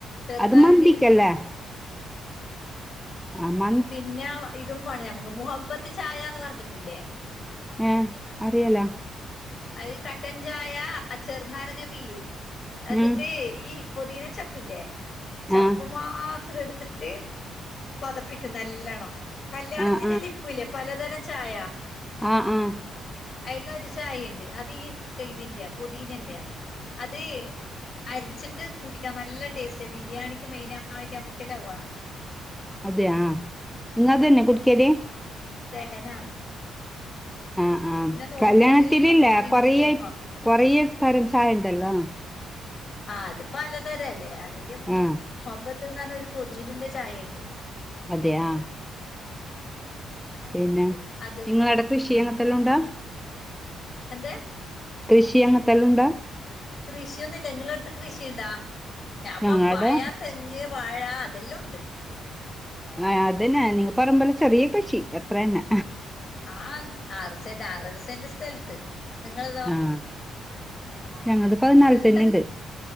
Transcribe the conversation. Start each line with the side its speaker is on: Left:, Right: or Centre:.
Left: ചെറുനാരങ്കലും
Centre: അത് മന്തിക്കല്ലേ
Left: പിഞ്ഞിട്ട്
Centre: ആ മ
Left: പിന്ന ഇതും വാണം ഞമ്മക്ക്. മുഹബത്ത് ചായന്ന് പറഞ്ഞിട്ടില്ലേ?
Centre: ഏ അറിയല.
Left: അത് കട്ടൻ ചായ ചെറുനാരങ്ങ പീയും. എന്നിട്ട്
Centre: ഉം
Left: ഈ പുതിന ചപ്പില്ലേ. ചപ്പും
Centre: ആഹ്
Left: മാത്രം എടുത്തിട്ട് പതപ്പിക്കും നല്ലണം. കല്യാണത്തിനല്ല
Centre: ആഹ്
Left: ഇപ്പല്ലേ, പലതരം ചായ.
Centre: ആഹ ആഹ.
Left: അയില് ഒരു ചായ ഉണ്ട്. അത് ഈ തെയ്തിന്റെയാ പുതീനന്റെയാ. അത് അരിച്ചിട്ട് കുടിക്കാം നല്ല ടേസ്റ്റ്. ബിരിയാണിക്ക് മെയിന ആയിട്ട് നമ്മുക്ക് ലവ.
Centre: അതെയാ. ഇങ്ങ അതെന്നെ കുടിക്കല്?
Left: ദഹനം.
Centre: ആഹ ആഹ
Left: നോമ്പിനെല്ലാം
Centre: കല്യാണത്തിനില്ലേ
Left: ഞമ്മ മിന്റ്
Centre: കൊറയേ,
Left: ലൈമാക്കും
Centre: കൊറെ തരം ചായ ഉണ്ടല്ലോ.
Left: ആ അത് പലതരം അല്ലേ. അതിലും
Centre: ആഹ്
Left: മുഹബത്ത്ന്നറഞ്ഞ ഒരു പുതീനന്റെ ചായ ഉണ്ട്.
Centre: അതെയാ. പിന്നെ,
Left: അത്
Centre: നിങ്ങള ട കൃഷി അങ്ങനത്തെല്ലാം ഉണ്ടാ.
Left: എന്ത്?
Centre: കൃഷി അങ്ങനത്തെല്ലാം ഉണ്ടാ?
Left: കൃഷിയൊന്നുമില്ല. ഇങ്ങള അടുത്ത് കൃഷിയുണ്ടാ. ഞാൻ
Centre: ഞങ്ങടെ
Left: പപ്പായ, തെ ങ്ങ്, വാഴ അതെല്ലാം ഉണ്ട്.
Centre: ആ അതന്നെ നിങ്ങ പറയാമ്പോല് ചെറിയ കൃഷി അത്ര തന്നെ.
Left: ആഹ് ആറ് സെന്റ് ആറര സെന്റ് സ്ഥലത്ത്. നിങ്ങളതോ
Centre: ആഹ ഞങ്ങള്ക്ക് പതിനാല്
Left: നിങ്ങക്ക്
Centre: സെന്റ്ണ്ട്.